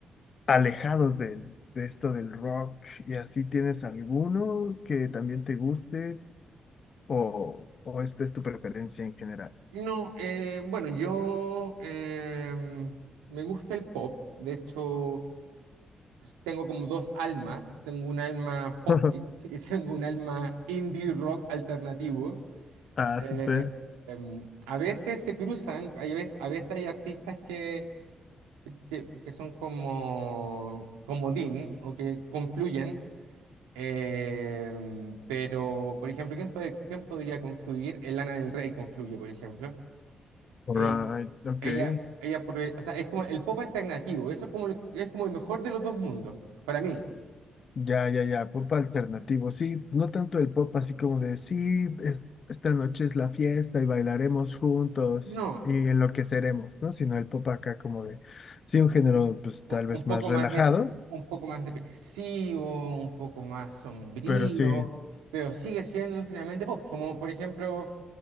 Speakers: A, on the left; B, on the right.
A: alejados del, de esto del rock? ¿Y así tienes alguno que también te guste o, o esta es tu preferencia en general?
B: No, eh, bueno, yo em, me gusta el pop. De hecho, tengo como dos almas. Tengo un alma pop
A: <laughs>
B: y, <laughs> y tengo un alma indie rock alternativo.
A: Ah,
B: Eh,
A: súper.
B: em, a veces se cruzan, hay veces, a veces hay artistas que que, que son como comodín o que confluyen, em, pero, por ejemplo, ¿quién puede, quién podría confluir? El Lana del Rey confluye, por ejemplo.
A: Alright,
B: Eh,
A: ok.
B: Ella, ella, por el- o sea, es como el pop alternativo, eso es como el, es como el mejor de los dos mundos, para mí.
A: Ya, ya, ya, pop alternativo, sí, no tanto el pop así como de, sí, es- esta noche es la fiesta y bailaremos juntos
B: No,
A: y enloqueceremos, ¿no? Sino el pop acá como de, sí, un género pues
B: u-
A: tal
B: un
A: vez
B: poco
A: más relajado,
B: más de, un poco más depresivo, un poco más sombrío,
A: pero sí.
B: pero sigue siendo finalmente pop, como por ejemplo